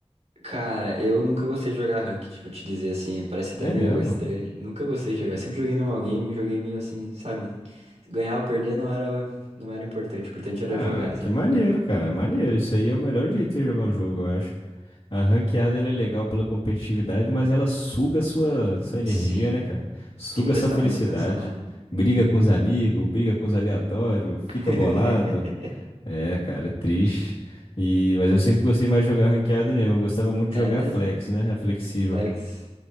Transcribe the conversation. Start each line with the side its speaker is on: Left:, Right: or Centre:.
Right: Cara, eu nunca gostei de jogar ranked, vou te dizer assim, parece até
Left: É
Right: meio
Left: mesmo?
Right: estranho. Nunca gostei de jogar, sempre joguei normal game, joguei meio assim, sabe? Ganhar ou perder não era, não era importante, o importante
Left: Ah,
Right: era jogar, sabe?
Left: que maneiro, cara. Maneiro. Isso aí é o melhor jeito de jogar um jogo, eu acho. A ranqueada ela é legal pela competitividade, mas ela suga sua, sua energia,
Right: Sim,
Left: né, cara? Suga
Right: tem que prestar
Left: sua felicidade.
Right: muita atenção, né?
Left: Briga com os amigos, briga com os aleatórios, fica
Right: <laughs>
Left: bolado. É, cara, é triste. E, mas eu sempre gostei mais de jogar ranqueada mesmo. Eu gostava muito de
Right: É
Left: jogar
Right: mesmo?
Left: flex, né? A flexível.
Right: Flex.